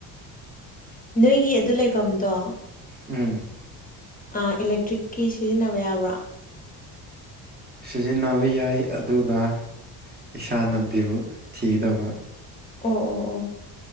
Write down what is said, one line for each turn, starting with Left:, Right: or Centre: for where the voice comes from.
Right: <unintelligible>
Left: ꯅꯣꯏꯒꯤ ꯑꯗꯨ ꯂꯩꯕꯝꯗꯣ
Right: ꯎꯝ
Left: ꯑ ꯏꯂꯦꯛꯇ꯭ꯔꯤꯛꯀꯤ ꯁꯤꯖꯤꯟꯅꯕ ꯌꯥꯕ꯭ꯔꯥ
Right: ꯁꯤꯖꯤꯟꯅꯕ ꯌꯥꯏ ꯑꯗꯨꯒ ꯏꯁꯥꯅ ꯕꯤꯜ ꯊꯤꯗꯕ
Left: ꯑꯣ ꯑꯣ ꯑꯣ